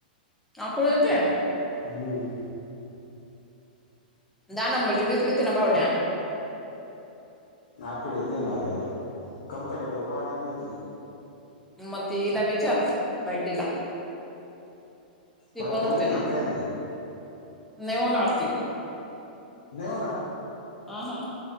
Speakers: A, in the centre; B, on the left.
A: काकड येत
B: हम्म
A: दहा नंबरचे घेतले हो ना भावड्या
B: आकोड येते ना ब कम्फर्टेबल ब वाटत नाही त
A: मत इला विचार बैटला ते
B: परत
A: पण
B: होईल
A: होते ना
B: ती काय नाही
A: नेवन आरती
B: नाही होणार
A: अ हा